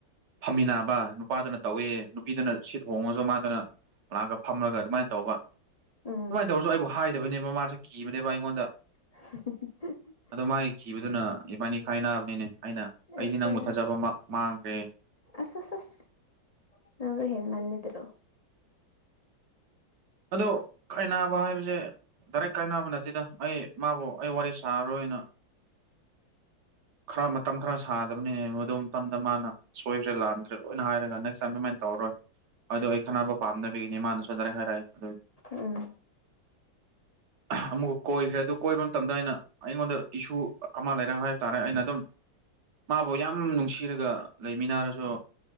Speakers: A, on the right (about 60°); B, on the left (about 30°).
A: ꯐꯝꯃꯤꯟꯅꯕ ꯅꯨꯄꯥꯗꯨꯅ ꯇꯧꯋꯦ ꯅꯨꯄꯤꯗꯨꯅ ꯁꯤꯠ ꯍꯣꯡꯉꯁꯨ ꯃꯥꯗꯨꯅ ꯂꯥꯛꯑꯒ ꯐꯝꯂꯒ ꯑꯗꯨꯃꯥꯏ ꯇꯧꯕ
B: ꯎꯝ
A: ꯑꯗꯨꯃꯥꯏꯅ ꯇꯧꯔꯁꯨ ꯑꯩꯕꯨ ꯍꯥꯏꯗꯕꯅꯦꯕ ꯃꯥꯁꯦ ꯀꯤꯕꯅꯦꯕ ꯑꯩꯉꯣꯟꯗ
B: <unintelligible>
A: ꯑꯗꯣ ꯃꯥꯒꯤ ꯀꯤꯕꯗꯨꯅ ꯏꯕꯥꯅꯤ ꯀꯥꯏ ꯅꯥꯕꯅꯤꯅꯦ ꯑꯩꯅ ꯑꯩꯗꯤ
B: ꯑꯁ
A: ꯅꯪꯕꯨ ꯊꯥꯖꯕ ꯃꯥ ꯃꯥꯡꯈ꯭ꯔꯦ
B: ꯑꯁ ꯑꯁ ꯑꯁ ꯅꯪꯁꯨ ꯍꯦꯟꯃꯟꯗ꯭ꯔꯣ
A: ꯑꯗꯣ ꯈꯥꯏꯅꯥꯕ ꯍꯥꯏꯕꯁꯦ ꯗꯥꯏꯔꯦꯛ ꯀꯥꯏꯅꯕ ꯅꯠꯇꯦꯗ ꯑꯩ ꯃꯥꯕꯨ ꯑꯩ ꯋꯥꯔꯤ ꯁꯥꯔꯔꯣꯏꯅ ꯈꯔ ꯃꯇꯝ ꯈꯔ ꯁꯥꯗꯕꯅꯦ ꯃꯗꯨ ꯃꯇꯝꯗ ꯃꯥꯅ ꯁꯣꯏꯈ꯭ꯔꯦ ꯂꯥꯟꯈ꯭ꯔꯦ ꯂꯣꯏꯅ ꯍꯥꯏꯔꯒ ꯅꯦꯛꯁ ꯇꯥꯏꯝ ꯑꯗꯨꯃꯥꯢ ꯇꯧꯔꯣꯏ ꯑꯗꯣ ꯑꯩ ꯈꯟꯅꯅꯕ ꯄꯥꯝꯗꯕꯤꯒꯤꯅꯤ ꯃꯥꯅꯁꯨ ꯗꯥꯏꯔꯦꯛ ꯍꯥꯏꯔꯛꯑꯦ <unintelligible>
B: ꯎꯝ
A: ꯑꯃꯨꯛ ꯀꯣꯏꯈ꯭ꯔꯦ ꯑꯗꯨ ꯀꯣꯏꯕ ꯃꯇꯝꯗ ꯑꯩꯅ ꯑꯩꯉꯣꯟꯗ ꯏꯁꯨ ꯑꯃ ꯂꯩꯔꯛ ꯍꯥꯏꯕ ꯇꯥꯔꯦ ꯑꯩꯅ ꯑꯗꯨꯝ ꯃꯥꯕꯨ ꯌꯥꯝ ꯅꯨꯡꯁꯤꯔꯒ ꯂꯩꯃꯤꯟꯅꯔꯁꯨ